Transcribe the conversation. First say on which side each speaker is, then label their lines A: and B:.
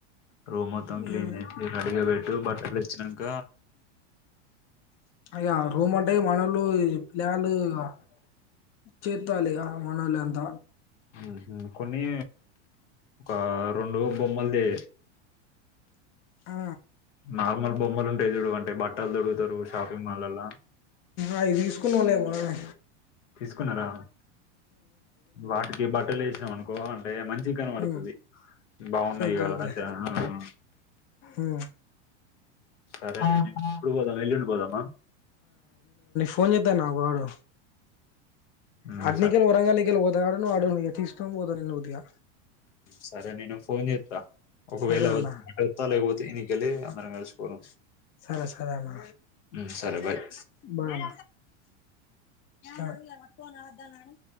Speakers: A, on the left; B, on the left.
A: రూమ్ మొత్తం క్లీన్
B: ఏదో
A: చేసి రడిగా పెట్టు బట్టలు తెచ్చి వచ్చినంక
B: ఇగా రూమ్ అంటే మనోళ్లు ఈ పిలగాల్లు ఇగా చేత్తాళ్ళు ఇగా మనోలంత
A: ఉహు కొన్ని ఒక రెండు బొమ్మలు దే
B: ఆ
A: నార్మల్ బొమ్మల్ ఉ పెళ్లుడు అంటే బట్టలు తొడుగుతరు షాపింగ్ మల్లాల
B: అవి తీసుకున్నవులే మొన్ననే
A: తీసుకున్నారా వాటికి బట్టలేసినవను కోన్ అంటే మంచి గనపడుతది
B: ఉమ్
A: బాగున్నాయి
B: ఓకే
A: కదా
B: ఓకే
A: హ హ
B: ఉమ్
A: సరే ఎప్పుడు పోదాం ఎల్లుండి పోదామా
B: పోన్ చెతాన్నా ఆగు వాడు
A: హ్మ్
B: అడ్నికలు
A: సరే
B: వరంగల్ మీదికెళ్ళి పోత ఉదయ్ గాడు వాడు ఇగ తీసుకని పోదా ఉదయ
A: సరే నేను ఫోన్ చేత్త ఒకవేళ
B: సరే
A: ఉ
B: అన్న
A: ఎవరితో వెల్తరు లెక పొతె ఇనికలే వరంగల్ స్కూల్
B: సరే సరే అన్న
A: ఊ సరే బాయ్
B: బాయ్ అన్న